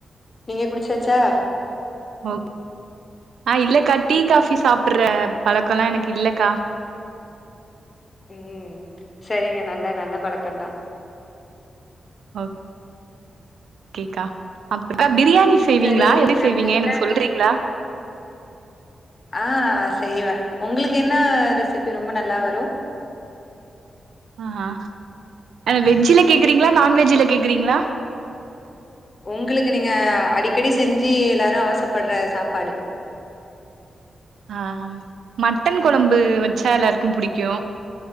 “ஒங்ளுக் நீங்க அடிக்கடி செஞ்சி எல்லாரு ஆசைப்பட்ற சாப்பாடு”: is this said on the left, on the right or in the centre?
Left